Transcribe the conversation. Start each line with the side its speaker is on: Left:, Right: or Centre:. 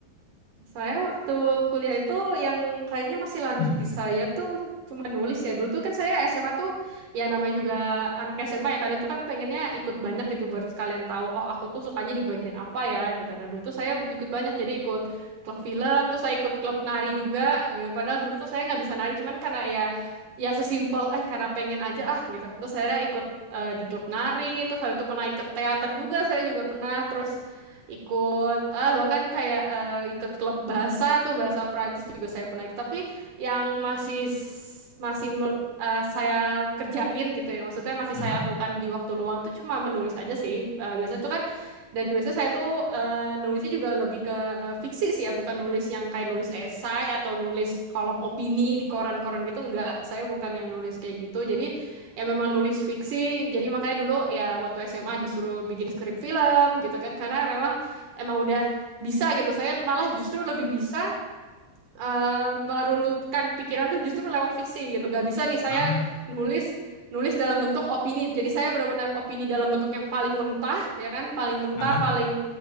Right: saya waktu kuliah itu yang kayaknya masih lanjut
Left: <clears throat>
Right: di saya tuh cuma nulis ya. Dulu tuh kan saya SMA tuh ya namanya juga anak SMA ya. Kadang tuh kan pengennya ikut banyak gitu buat sekalian tahu oh aku tuh sukanya di bagian apa ya gitu. Nah, dulu tuh saya ikut banyak jadi ikut klub film, terus saya ikut klub nari juga. Eh, Padahal dulu tuh saya nggak bisa nari cuman karena ya ya sesimpel eh karena pengen aja ah gitu. Terus saya ikut eh, di klub nari, terus habis itu pernah ikut teater juga, saya juga pernah terus ikut eh bahkan kayak eh, ikut klub bahasa tuh bahasa Perancis juga saya pernah ikut tapi yang masih s- masih me- eh, saya kerjain gitu ya maksudnya masih
Left: Aha.
Right: saya lakukan di waktu luang tuh cuma menulis aja sih Eh, biasanya tuh kan dan biasanya saya tuh eh, nulisnya juga lebih ke fiksi sih ya bukan nulis yang kayak nulis esai atau nulis kolom opini di koran-koran gitu enggak saya bukan yang nulis kayak gitu jadi ya memang nulis fiksi jadi makanya dulu ya waktu SMA disuruh bikin skrip film gitu kan karena memang emang udah bisa gitu. Saya malah justru lebih bisa eh, merunutkan pikiran tuh justru lewat fiksi gitu. Nggak bisa nih saya
Left: Ah,
Right: nulis nulis dalam bentuk opini. Jadi saya benar-benar opini dalam bentuk yang paling mentah, ya kan, paling mentah,
Left: aha.
Right: paling